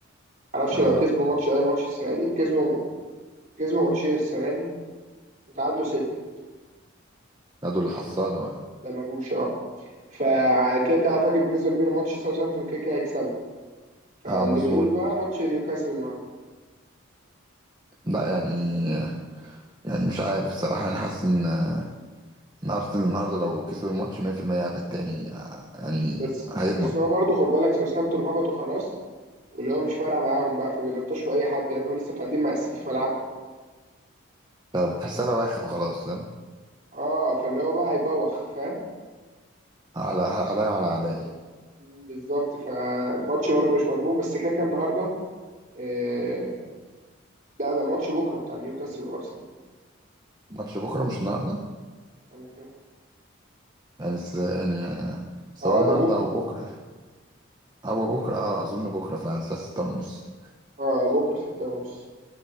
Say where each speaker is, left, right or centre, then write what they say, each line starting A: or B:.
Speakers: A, on the right; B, on the right.
A: معرفش
B: اه
A: لو كسبوا ماتش اي ماتش السنة دي كسبوا كسبوا ماتشين السنة دي وتعادلوا ستة
B: لا دول الحصالة بقى
A: لا ما جوش اه فكيكا اعتقد بنسبه كبيره ماتش ساوثهامبتون كيكا هيكسبه فاللي
B: اه مظبوط
A: باقي له بقى ماتش نيوكاسل النهارده
B: لا يعني يعني مش عارف الصراحة يعني حاسس إن آه، إن أرسنال النهاردة لو كسبوا الماتش 100% هيبقى التاني آه، يعني
A: بس
B: هيضمن
A: بس هو برضه خد بالك ساوثهامبتون هبطوا خلاص واللي هو مش فارقه معاهم بقى فبيلطشوا في اي حد يعني هم لسه متعادلين مع السيتي في ملعبهم
B: طب تحسها بواخة وخلاص فاهم
A: اه فاللي هو بقى هيبوخ فاهم
B: على عليا وعلى أعدائي
A: بالظبط فماتش برضه مش مضمون بس كيكا النهارده آه، لا ده الماتش بكره بتاع نيوكاسل وارسنال
B: ماتش بكرة مش النهاردة
A: انا كده
B: يعني س... يعني آه، سواء
A: اه
B: النهاردة
A: ده بكره
B: أو بكرة أو بكرة أه أظن بكرة فعلا الساعة ستة ونص
A: اه بكره ستة ونص